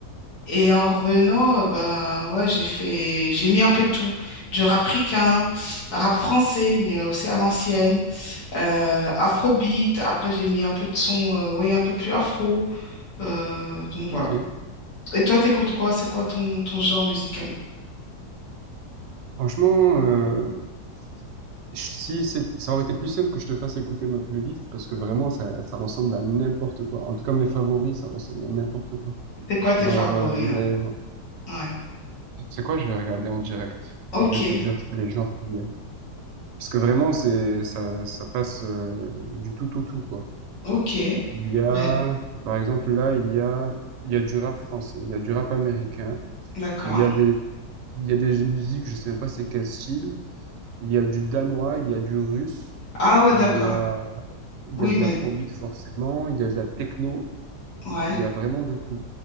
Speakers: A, on the left; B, on the right.
A: Et en revenant, euh, bah, ouais, j'ai fait, j'ai mis un peu de tout. Du rap ricain, rap français, mais euh, aussi à l'ancienne. Euh, afrobeat. Après, j'ai mis un peu de son, euh, ouais, un peu plus afro. Euh, donc, voilà.
B: Ok.
A: Et toi, t'écoutes quoi? C'est quoi ton, ton genre musical?
B: Franchement, euh, Je- Si c'est, ça aurait été plus simple que je te fasse écouter ma playlist parce que vraiment ça, ça ressemble à n'importe quoi. En tout cas mes favoris ça ressemble à n'importe quoi.
A: C'est quoi tes
B: Genre
A: favoris,
B: euh, il
A: là?
B: va y avoir-
A: Ouais.
B: Tu sais quoi, je vais regarder en direct.
A: Ok,
B: Je vais te dire les genres qu'il y a. Parce que vraiment c'est ça, ça passe euh, du tout au tout quoi.
A: ok.
B: Il y a
A: Mais-
B: par exemple là il y a il y a du rap français, il y a du rap américain,
A: D'accord.
B: il y a des il y a des musiques je sais même pas c'est quel style. Il y a du danois, il y a du russe,
A: Ah ouais,
B: il
A: d'accord.
B: y a Il
A: Oui,
B: y a de
A: mais
B: l'afrobeat forcément, il y a de la techno,
A: ouais.
B: il y a vraiment de tout.